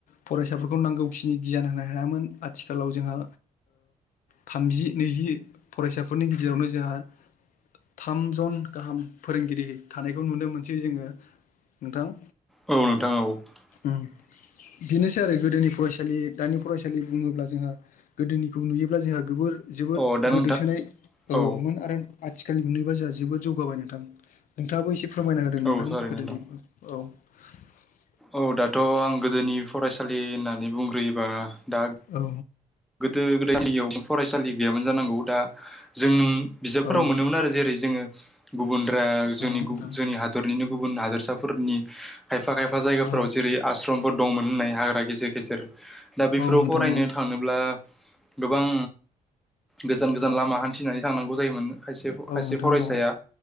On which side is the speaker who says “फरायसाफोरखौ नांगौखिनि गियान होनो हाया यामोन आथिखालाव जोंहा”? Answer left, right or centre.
Left